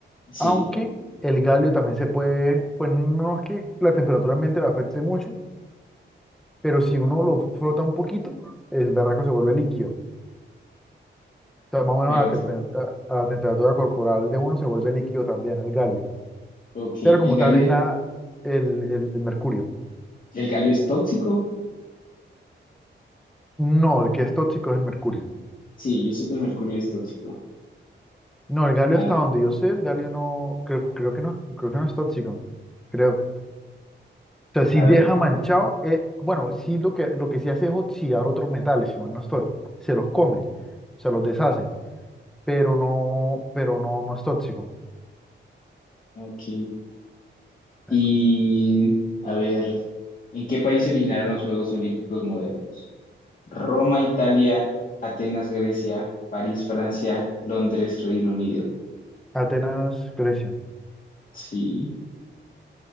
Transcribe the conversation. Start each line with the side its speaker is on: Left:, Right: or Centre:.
Left: Sí.
Centre: Aunque el galio también se puede, pues no es que la temperatura ambiente le afecte mucho, pero si uno lo frota un poquito, el berraco se vuelve líquido. sea, más o menos
Left: Pero,
Centre: a la,
Left: to-
Centre: tempe- a- a la temperatura corporal de uno se vuelve líquido también el galio.
Left: ok,
Centre: Pero como
Left: ¿el galio,
Centre: tal es la, el, el- el mercurio.
Left: el galio es tóxico?
Centre: No, el que es tóxico es el mercurio.
Left: Sí, yo sé que el mercurio es tóxico.
Centre: No, el galio
Left: A,
Centre: hasta donde yo sé, el galio no, creo, creo que no, creo que no es tóxico. Creo. O sea, sí
Left: a
Centre: deja
Left: ver,
Centre: manchado, eh, bueno, sí lo que, lo que sí hace es oxidar otros metales, si mal no estoy. Se los come, se los deshace, pero no, pero no, no es tóxico.
Left: ok.
Centre: Bueno,
Left: Y, a ver, ¿en qué país se originaron los Juegos Olímpicos modernos? Roma, Italia, Atenas, Grecia, París, Francia, Londres, Reino Unido.
Centre: Atenas, Grecia,
Left: Sí,